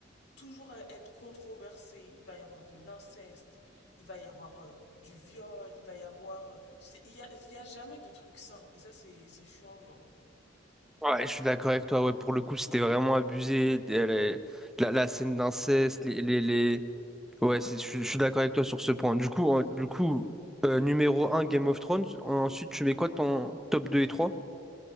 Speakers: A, on the left; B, in the centre.
A: toujours être controversé. Il va y avoir de l'inceste, il va y avoir euh, du viol, il va y avoir... euh, Il n'y a, il y a jamais de truc sain. Et ça, c'est c'est chiant, genre.
B: Ouais, je suis d'accord avec toi. Ouais, pour le coup, c'était vraiment abusé. Elle est- La, la scène d'inceste, les, les, les- Ouais, c'est- je, suis je suis d'accord avec toi sur ce point. Du coup, euh, du coup euh, numéro un Game of Thrones. Ensuite, tu mets quoi ton top deux et trois